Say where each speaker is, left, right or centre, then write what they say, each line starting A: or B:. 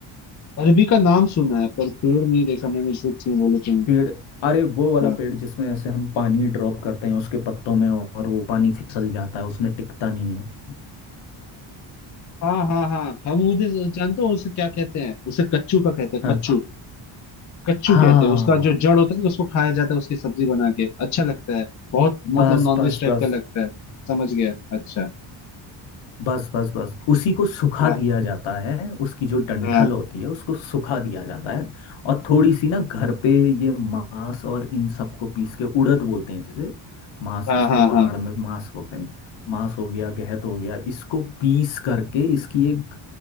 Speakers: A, on the left; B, on the left.
A: अरबी का नाम सुना है पर पेड़ नहीं देखा मैंने झूठ क्यों बोले तुम्हें
B: पेड़ अरे वो वाला
A: हाँ।
B: पेड़ जिसमें ऐसे हम पानी ड्रॉप करते हैं उसके पत्तों में और वो पानी फिसल जाता है उसमें टिकता नहीं है
A: हाँ हाँ हाँ हम उधर जानते हो उसे क्या कहते हैं उसे कच्चू का कहते हैं
B: हाँ
A: कच्चू कच्चू
B: हाँ
A: कहते हैं उसका जो जड़ होता है ना उसको खाया जाता है उसकी सब्जी बना के अच्छा लगता है बहुत
B: बस
A: मतलब नॉनवेज
B: बस
A: टाइप
B: बस
A: का लगता है समझ गया अच्छा
B: बस बस बस उसी को सुखा
A: हाँ
B: दिया जाता है उसकी जो डंठल
A: हाँ
B: होती है उसको सुखा दिया जाता है और थोड़ी सी ना घर पे ये मांस और इन सबको पीस के उड़द बोलते हैं जैसे मांस
A: हाँ
B: इसको
A: हाँ हाँ
B: पहाड़ में मांस बोलते हैं मांस हो गया गहत हो गया इसको पीस करके इसकी एक